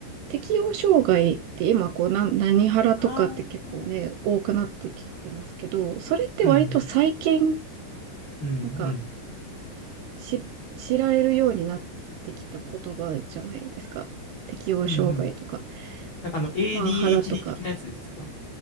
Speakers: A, on the right; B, on the left.
A: 適応障害って今こう、な、何ハラとかって結構ね、
B: ああ。
A: 多くなってきてますけど、それって割と最近、
B: うん。うん。
A: なんか、
B: うん。
A: し、知られるようになってきた言葉じゃないですか。適応障害とか、
B: うん。うんなんかあの、ADHD
A: パワハラとか。
B: 的なやつですか